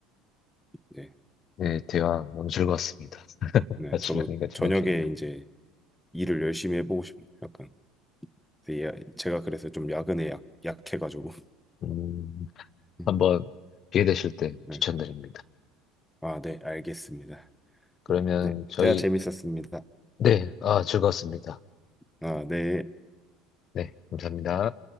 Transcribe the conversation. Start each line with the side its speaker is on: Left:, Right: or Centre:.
Centre: 이제
Left: 네 대화 너무 즐거웠습니다 <laughs>
Centre: 네
Left: 아침형인가
Centre: 저도
Left: 저녁형인가
Centre: 저녁에 이제 일을 열심히 해보고 싶네요. 약간 근데 야- 제가 그래서 좀 야근에 약, 약해가지고
Left: 음
Centre: <laughs>
Left: 한번 기회 되실 때
Centre: 네.
Left: 추천드립니다
Centre: 아, 네, 알겠습니다.
Left: 그러면
Centre: 네,
Left: 저희
Centre: 대화 재밌었습니다.
Left: 네 아 즐거웠습니다
Centre: 아, 네.
Left: 네 감사합니다